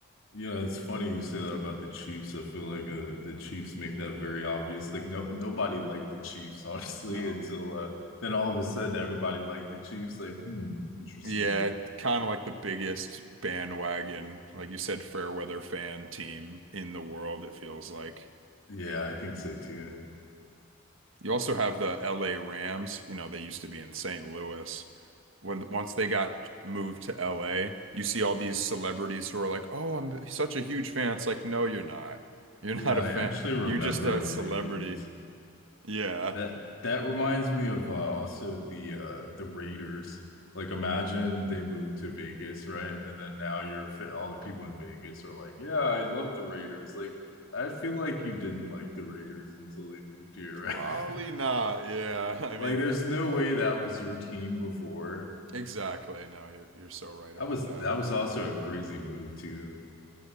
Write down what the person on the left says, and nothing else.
Yeah, it's funny you say that about the Chiefs. I feel like uh, the Chiefs make that very obvious. Like no nobody liked the Chiefs, <laughs> honestly,
until uh, then all of a sudden everybody liked the Chiefs. Like, hmm, interesting.
Yeah, I think so too.
Yeah,
I
actually remember
when they moved.
That that reminds me of uh, also the uh, the Raiders. Like imagine they moved to Vegas, right? And then now you're fa- all the people in Vegas are like, "Yeah, I love the Raiders." Like I feel like you didn't like the Raiders until they moved here,
right? <laughs>
Like there's no way that was your team before.
That
was
that was also a crazy move too.